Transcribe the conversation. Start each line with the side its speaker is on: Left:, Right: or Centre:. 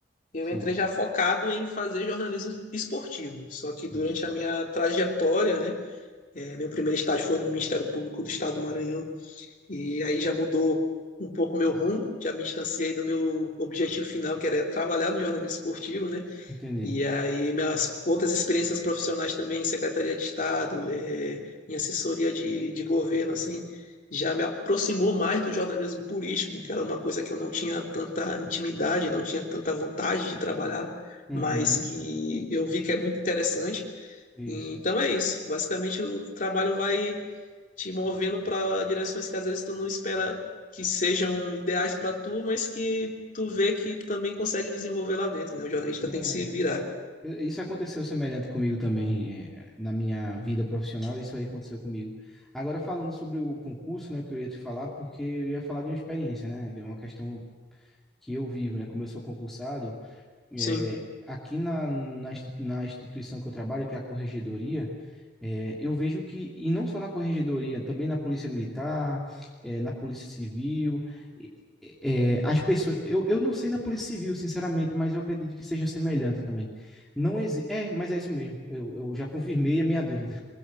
Left: eu
Centre: Sim,
Left: entrei já focado em fazer jornalismo esportivo. Só que durante
Centre: entendi.
Left: a minha trajetória, né, é, meu primeiro estágio foi no Ministério Público do Estado do Maranhão, e aí já mudou um pouco meu rumo, já me distanciei do meu objetivo final, que era trabalhar no jornalismo esportivo, né?
Centre: Entendi.
Left: E aí, minhas outras experiências profissionais também, em Secretaria de Estado, eh, em assessoria de, de governo, assim, já me aproximou mais do jornalismo político, que era uma coisa que eu não tinha tanta intimidade, não tinha tanta vontade de trabalhar,
Centre: Uhum.
Left: mas que eu vi que é muito interessante.
Centre: Isso.
Left: Então é isso. Basicamente, o trabalho vai te movendo para direções que às vezes tu não espera que sejam ideais para tu, mas que tu vê que também consegue desenvolver lá dentro, né? O jornalista
Centre: Não,
Left: tem que se virar.
Centre: Eu- Isso aconteceu semelhante comigo também, eh, na minha vida profissional, isso aí aconteceu comigo. Agora, falando sobre o concurso, né, o que eu ia te falar, porque eu ia falar de uma experiência, né, que é uma questão que eu vivo, né, como eu sou concursado, é,
Left: Sim,
Centre: aqui na, na, insti- na instituição que eu trabalho, que é a Corregedoria, é, eu vejo que, e não só na Corregedoria, também na Polícia Militar, é, na Polícia Civil, e- é, é, as pessoas. Eu, eu não sei na Polícia Civil, sinceramente, mas eu acredito que seja semelhante também. Não exi- É, mas é isso mesmo. Eu, eu já confirmei a minha <laughs> dúvida.